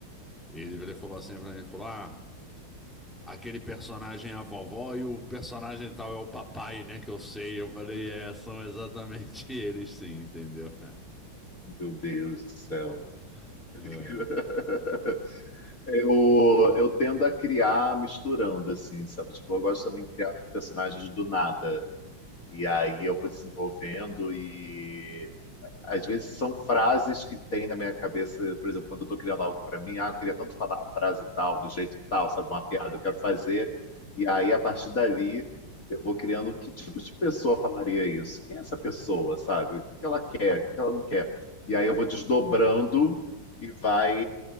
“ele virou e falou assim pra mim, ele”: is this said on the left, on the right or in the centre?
Centre